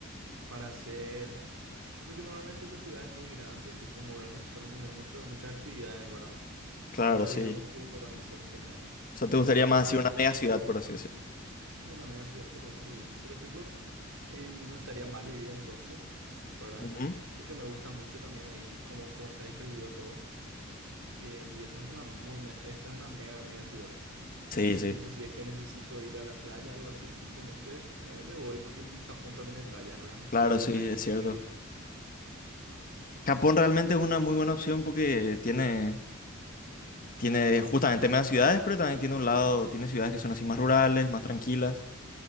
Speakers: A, on the right (about 75°); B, on the left (about 40°).
A: para hacer. Porque normalmente esas ciudades muy grandes que son modernas suelen tener muchos, muchas actividades, ¿verdad?
B: Claro,
A: Mucha
B: sí.
A: vida nocturna también suelen tener.
B: O sea, te gustaría
A: Y
B: más
A: por
B: así
A: ejemplo,
B: una mega ciudad, por así decir.
A: Sí, una media ciudad estaría súper bien. Por ejemplo, em, no estaría mal vivir en Tokio, ¿verdad?
B: Ujú.
A: Porque me gusta mucho también ahí cómo, cómo está distribuido todo. Em, y eso es una muy, me- esa es una mega media ciudad.
B: Sí,
A: Y por ejemplo,
B: sí,
A: si es que necesito ir a la playa, algo así, simplemente me, me voy porque en Japón también hay playas, ¿verdad?
B: claro,
A: Y no es un
B: sí,
A: país
B: es
A: muy
B: cierto.
A: grande.
B: Japón realmente es una muy buena opción porque tiene, tiene justamente mega ciudades, pero también tiene un lado, tiene ciudades que son así más rurales, más tranquilas.